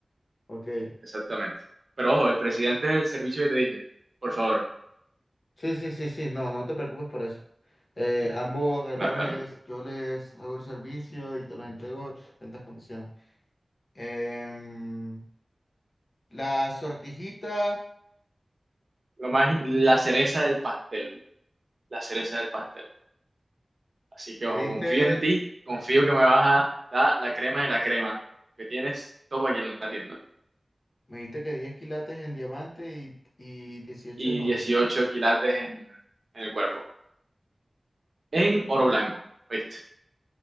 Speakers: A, on the left (about 65°); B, on the right (about 65°).
A: Ok. Eh,
B: exactamente. Pero ojo, el presidente del servicio que te dije. Por favor,
A: sí, sí, sí, sí. No, no te preocupes por eso. Eh, ambos relojes
B: dale, dale.
A: yo les hago el servicio y te los entrego en perfectas condiciones. Em, la sortijita,
B: Lo más, la cereza del pastel. La cereza del pastel. Así que
A: me
B: ojo,
A: diste
B: confío en ti. Confío
A: 10
B: que
A: qui-
B: me vas a dar la crema de la crema que tienes. Toma aquí en la tienda.
A: me diste que 10 quilates en diamante y, y 18
B: Y
A: en oro.
B: 18 quilates en, en el cuerpo. En oro blanco. ¿Viste?